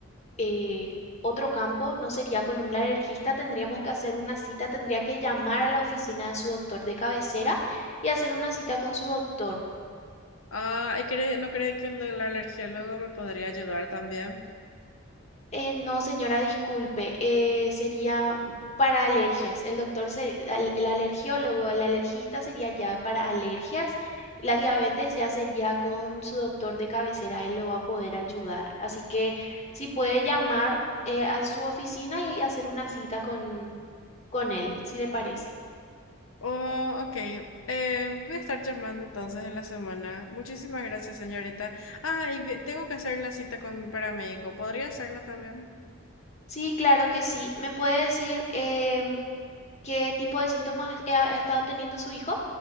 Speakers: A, on the left; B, on the left.
A: eh, otro campo, no sería con un alergista, tendríamos que hacer una cita, tendría que llamar a la oficina de su doctor de cabecera y hacer una cita con su doctor.
B: Ah, ¿y cree- no cree que el, el alergiólogo me podría ayudar también?
A: Eh, no, señora, disculpe, eh, sería para alergias. El doctor, se- al- el alergiólogo, el alergista sería ya para alergias. La diabetes ya sería con su doctor de cabecera, él lo va a poder ayudar. Así que si puede llamar eh, a su oficina y hacer una cita con, con él, si le parece.
B: Oh, ok. Eh, voy a estar llamando entonces en la semana. Muchísimas gracias, señorita. Ah, y ve- tengo que hacer la cita con, para mi hijo. ¿Podría hacerla también?
A: Sí, claro que sí. ¿Me puede decir em, qué tipo de síntomas eh, ha ha estado teniendo su hijo?